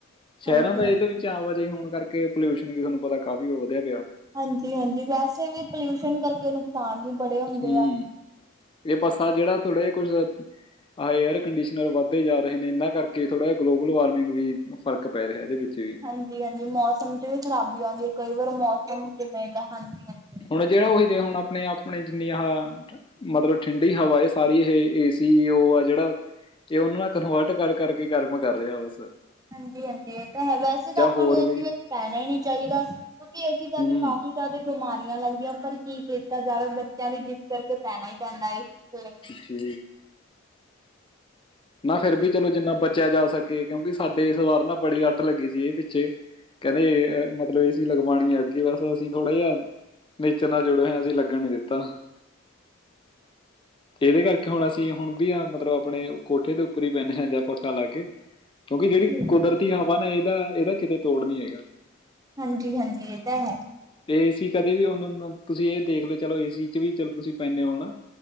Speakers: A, on the left (about 25°); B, on the right (about 20°).
A: ਸ਼ਹਿਰਾਂ
B: ਹਾਂਜੀ
A: ਦਾ
B: ਹਾਂ
A: ਇਹਦੇ ਵਿੱਚ ਆਵਾਜਾਈ ਹੋਣ ਕਰਕੇ ਪੋਲਿਊਸ਼ਨ ਵੀ ਤੁਹਾਨੂੰ ਪਤਾ ਕਾਫ਼ੀ ਉਹ ਵਧਿਆ ਪਿਆ
B: ਹਾਂਜੀ ਹਾਂਜੀ ਵੈਸੇ ਵੀ ਪੋਲਿਊਸ਼ਨ ਕਰਕੇਨ ਕਿਸਾਨ ਵੀ ਬੜੇ ਹੁੰਦੇ
A: ਹਮ
B: ਆ
A: ਇਹ ਬੱਸਾ ਜੇੜਾ ਥੋੜਾ ਜਿਹਾ ਕੁੱਛ ਆਹ ਏਅਰ ਕੰਡੀਸ਼ਨਰ ਵੱਧਦੇ ਜਾ ਰਹੇ ਨੇ ਇਹਨਾਂ ਕਰਕੇ ਥੋੜ੍ਹਾ ਜਿਹਾ ਗਲੋਬਲ ਵਾਰਮਿੰਗ ਵੀ ਫਰਕ ਪੈ ਰਿਹਾ ਇਹਦੇ ਵਿੱਚ ਵੀ
B: ਹਾਂਜੀ ਹਾਂਜੀ ਮੌਸਮ ਚ ਵੀ ਖਰਾਬੀ ਆਂਦੀ ਹੈ ਕਈ ਵਾਰ ਮੌਸਮ ਕਿਵੇਂ ਦਾ ਹਾਂਜੀ ਹਾਂਜੀ
A: ਹੁਣ ਜੇੜਾ ਉਹੀ ਦੇ ਹੁਣ ਆਪਣੇ ਆਪਣੇ ਜਿੰਨੀਆਂ ਆਹ ਮਤਲਬ ਠੰਡੀ ਹਵਾ ਸਾਰੀ ਇਹ ਏਸੀ ਉਹ ਆ ਜੇੜਾ ਇਹ ਉਹਨੂੰ ਨਾਲ ਕਨਵਰਟ ਕਰ ਕਰ ਕੇ ਕਰਮ ਕਰ ਰਿਹਾ ਬਸ
B: ਹਾਂਜੀ ਹਾਂਜੀ ਇਹ ਤਾਂ ਹੈ ਵੈਸੇ ਤਾਂ
A: ਜਾਂ
B: ਆਪਾਂ
A: ਹੋਰ
B: ਨੂੰ ਇਸ
A: ਵੀ
B: ਵਿੱਚ ਪੈਣਾ ਹੀ ਨਹੀਂ ਚਾਈਦਾ ਕਿਉਂਕਿ ਅਸੀਂ ਤੁਹਾਨੂੰ
A: ਹੂੰ
B: ਕਾਫ਼ੀ ਜ਼ਿਆਦਾ ਬਿਮਾਰੀਆਂ ਲੱਗਦੀਆਂ ਪਰ ਕੀ ਕੀਤਾ ਜਾਵੇ ਬੱਚਿਆਂ ਦੀ ਜਿੱਦ ਕਰਕੇ ਪੈਣਾ ਹੀ ਪੈਂਦਾ ਏ ਸੀ ਥੱਲੇ
A: ਜੀ ਨਾ ਫੇਿਰ ਵੀ ਚਲੋ ਜਿੰਨਾ ਬਚਿਆ ਜਾ ਸਕੇ ਕਿਉਂਕਿ ਸਾਡੇ ਇਸ ਵਾਰ ਨਾ ਬੜੀ ਅੱਤ ਲੱਗੀ ਸੀ ਇਹ ਪਿੱਛੇ ਕਹਿੰਦੇ ਮਤਲਬ ਏਸੀ ਲਗਵਾਣੀ ਐਤਕੀਂ ਬਸ ਅਸੀਂ ਥੋੜਾ ਜਿਹਾ ਨੇਚਰ ਨਾਲ ਜੁੜੇ ਹੋਏਆ ਅਸੀਂ ਲੱਗਣ ਨੀ ਦਿੱਤਾ ਤੇ ਇਹਦੇ ਕਰਕੇ ਹੁਣ ਅਸੀਂ ਹੁਣ ਵੀ ਆ ਮਤਲਬ ਆਪਣੇ ਕੋਠੇ ਦੇ ਉੱਪਰ ਹੀ ਪੈਂਦੇ ਹਾਂ ਜਾਂ ਆਪੱਖਾ ਲਾ ਕੇ ਕਿਉਂਕਿ ਜੇੜੀ
B: ਹੋਰ
A: ਕੁਦਰਤ ਹਵਾ ਨਾ ਇਹਦਾ ਇਹਦਾ ਕਿਤੇ ਤੋੜ ਨੀ ਹੈਗਾ
B: ਹਾਂਜੀ ਹਾਂਜੀ ਇਹ ਤਾਂ ਹੈ
A: ਏਸੀ ਕਦੇ ਵੀ ਉਹਨ ਤੁਸੀਂ ਇਹ ਦੇਖ ਲਓ ਚਲੋ ਏਸੀ ਚ ਵੀ ਚੋ ਤੁਸੀਂ ਪੈਂਂਦੇ ਹੋਣਾ